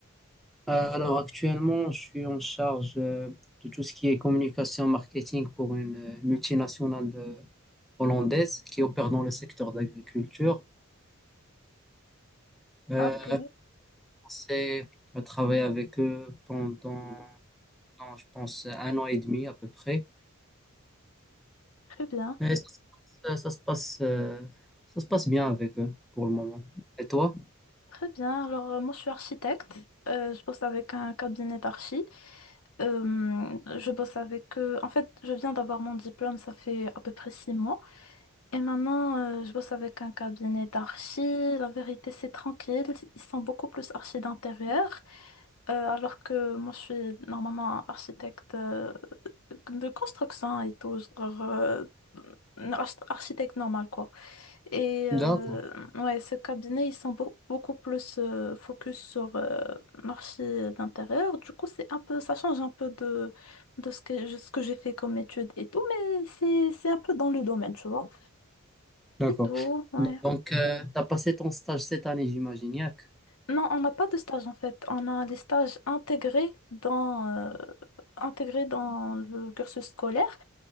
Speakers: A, in the centre; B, on the left.
A: Euh, alors actuellement, je suis en charge euh, de tout ce qui est communication marketing pour une euh, multinationale de- hollandaise qui opère dans le secteur d'agriculture. Euh,
B: Ah, Ok,
A: c'est à travailler avec eux pendant, non, je pense, un an et demi à peu près.
B: très bien.
A: Mais ça, se passe, euh, ça se passe, euh, ça se passe bien avec eux pour le moment. Et toi?
B: Très bien. Alors, euh, moi, je suis architecte. Euh, je bosse avec un cabinet d'archi. Euh, je bosse avec... euh, en fait, je viens d'avoir mon diplôme, ça fait à peu près six mois. Et maintenant, euh, je bosse avec un cabinet d'archi. La vérité, c'est tranquille. Ils sont beaucoup plus archi d'intérieur. Euh, alors que moi, je suis normalement architecte euh, de construction et tout. genre, euh, un arch- architecte normal, quoi. Et euh,
A: D'accord.
B: ouais, ce cabinet, ils sont beau- beaucoup plus euh, focus sur euh, marché d'intérieur. Du coup, c'est un peu, ça change un peu de, de ce que, je- ce que j'ai fait comme étude et tout, mais c'est, c'est un peu dans le domaine, tu vois.
A: D'accord.
B: C'est tout, ouais.
A: Donc, euh, tu as passé ton stage cette année, j'imagine, Yak.
B: Non, on n'a pas de stage en fait. On a des stages intégrés dans, euh, intégrés dans le cursus scolaire.